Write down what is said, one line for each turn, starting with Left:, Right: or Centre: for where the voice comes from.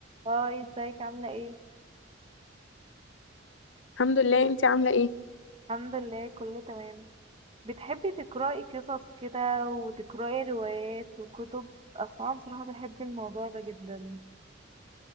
Right: هاي ازيك عاملة ايه؟
Left: الحمد لله انتي عاملة ايه؟
Right: الحمد لله كله تمام بتحبي تقرأي قصص كده وتقرأي روايات وكتب اصلا بصراحة بحب الموضوع ده جدا